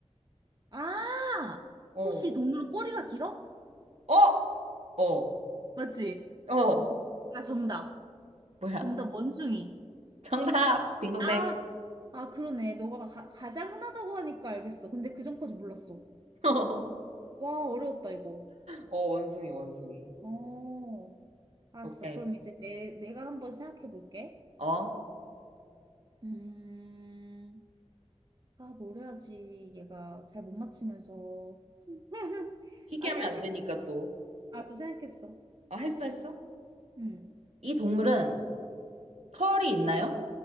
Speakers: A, on the right (about 40°); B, on the right (about 65°).
A: 아!
B: 어,
A: 혹시 이 동물은 꼬리가 길어?
B: 어, 어,
A: 맞지?
B: 어,
A: 아, 정답.
B: 뭐야.
A: 정답, 원숭이.
B: 정답! 딩동댕.
A: 아, 아, 그러네. 너가 가, 가장 흔하다고 하니까 알겠어. 근데 그 전까지 몰랐어.
B: <laughs>
A: 와, 어려웠다, 이거.
B: 어, 원숭이, 원숭이.
A: 어, 알았어.
B: 오케이.
A: 그럼 이제 내, 내가 한번 생각해 볼게.
B: 어?
A: 음, 아, 뭘 해야지. 얘가 잘 못 맞추면서. <laughs>
B: 희귀하면
A: 아, 생각했어.
B: 안 되니까 또.
A: 알았어, 생각했어.
B: 아, 했어, 했어?
A: 음,
B: 이 동물은 털이 있나요?